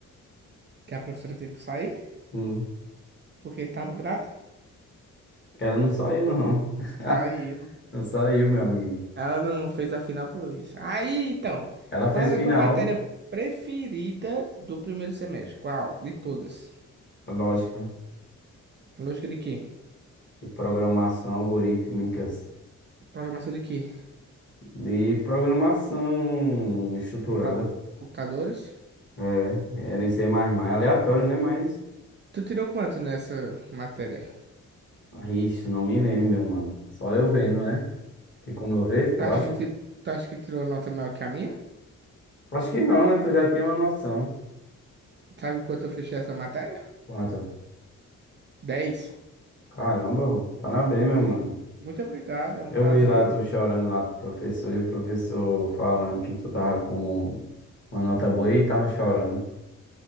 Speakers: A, on the right; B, on the left.
A: Que a professora teve que sair
B: Sim.
A: porque tava grata.
B: Ela não saiu, não. <laughs>
A: Saiu.
B: Não saiu, meu amigo.
A: Ela não fez a final por isso. Aí, então,
B: Ela fez
A: qual era
B: final,
A: a tua matéria preferida do primeiro semestre? Qual? De todas?
B: lógica,
A: Lógica de quê?
B: de programação algorítmicas,
A: Programação de quê?
B: de programação estruturada.
A: De pro- computadores?
B: É, era em C++, mais mais, aleatório, né? Mas
A: Tu tirou quanto nessa matéria?
B: Ixi, não me lembro, meu mano. Só eu vendo, né? Tem como eu ver, tu
A: Tu acha
B: acha?
A: que, ti- tu acha que tirou nota maior que a minha?
B: Acho que não, né? Tu já tinha uma noção.
A: Sabe quanto eu fechei essa matéria?
B: Quanto?
A: 10.
B: Caramba, parabéns,
A: Foi.
B: meu mano.
A: Muito obrigado, é um
B: Eu
A: prazer.
B: vi lá tu chorando lá pro professor e o professor falando que tu tava com uma nota boa e tava chorando.